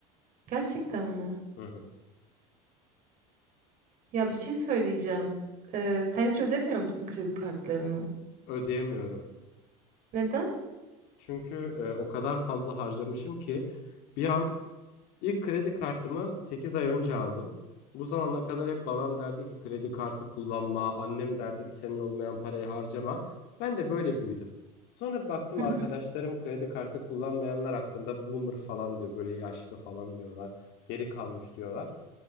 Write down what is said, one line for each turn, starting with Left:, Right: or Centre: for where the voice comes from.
Right: Gerçekten mi?
Left: Hı hı.
Right: Ya bir şey söyleyeceğim. E, sen hiç ödemiyor musun kredi kartlarını?
Left: Ödeyemiyorum.
Right: Neden?
Left: Çünkü e, o kadar fazla harcamışım ki bir an İlk kredi kartımı 8 ay önce aldım. Bu zamana kadar hep babam derdi ki kredi kartı kullanma, annem derdi ki senin olmayan parayı harcama. Ben de böyle büyüdüm. Sonra bir baktım
Right: Hı
Left: arkadaşlarım
Right: hı.
Left: kredi kartı kullanmayanlar hakkında boomer falan diyor, böyle yaşlı falan diyorlar, geri kalmış diyorlar.